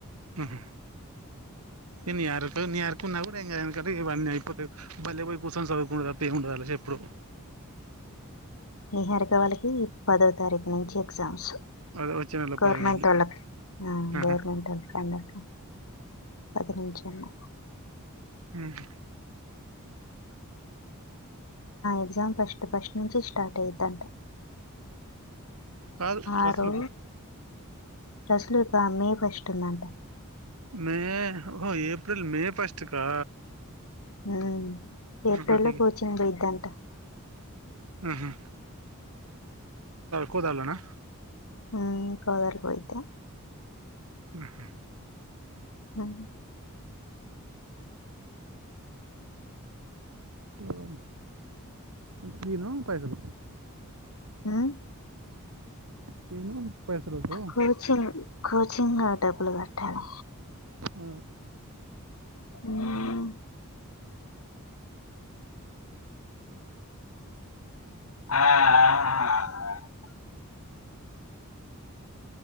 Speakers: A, on the right; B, on the left.
A: ఆహా ఏ నయకున్నా కూడా ఇం అయిపోతే బలే పోయి కూర్చొని చదువుకుండ తప్ప ఏం ఉండదు వాళ్ళ చేప్పుడు
B: నిహరిక వాళ్ళకి పద తారీఖు నుంచి ఎగ్జామ్స్
A: అదే వచ్చే నెల
B: గవర్నమెంట్
A: పది నుండి
B: వాళ్ళకి
A: ఆహా
B: గవర్నమెంట్ వాళ్ళకి అందరికి పది నుంచి అన్నా
A: మ్మ్
B: ఎక్జామ్ ఫస్ట్ ఫస్ట్ నుంచి స్టార్ట్ అయిద్దంట
A: కాదు
B: ఆరు
A: అసలుకు
B: రసలుకా మే కష్టందంట
A: మే ఏప్రిల్ మే ఫస్ట్ కా
B: మ్మ్ ఏప్రిల్
A: ఆహా
B: లో
A: ఇగ-
B: కోచింగ్ పోయిద్దంట
A: ఆహా. కోదలోనా
B: మ్మ్ కాదాల పోయిదే
A: ఆహా
B: హ్మ్
A: ను ఎంతన ఇకాయదనకు
B: మ్మ్
A: పోయిన పైసలుకు
B: కోచింగ్ కోచింగ్ డబ్బులు కట్టాలి.
A: ఆ,
B: మ్ ఆ ఆ ఆ